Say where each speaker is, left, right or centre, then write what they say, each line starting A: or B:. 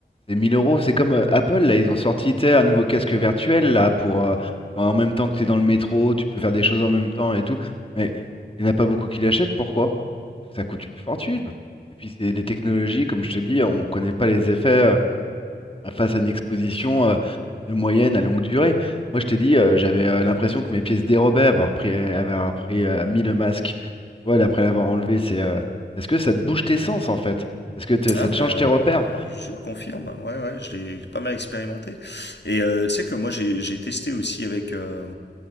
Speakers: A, on the left (about 30°); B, on the left (about 75°).
A: c'est 1000 euros. C'est comme euh, Apple, là, ils ont sorti, tu sais, un nouveau casque virtuel, là, pour. euh, en même temps que tu es dans le métro, tu peux faire des choses en même temps et tout. Mais il n'y en a pas beaucoup qui l'achètent. Pourquoi? Ça coûte une fortune. Et puis, c'est des technologies, comme je te dis, on connaît pas les effets. euh, à- face à une exposition euh, de moyenne à longue durée. Moi, je t'ai dit, euh, j'avais euh, l'impression que mes pieds se dérobaient, avoir pris, avoir pris, euh, mis le masque, tu vois, et après l'avoir enlevé, c'est euh, parce que ça te bouge tes sens en fait, parce que t'es-
B: Ah,
A: ça
B: bah,
A: te change tes repères.
B: je confirme. Ouais, ouais, je l'ai pas mal expérimenté. Et euh, tu sais que moi, j'ai j'ai testé aussi avec, euh,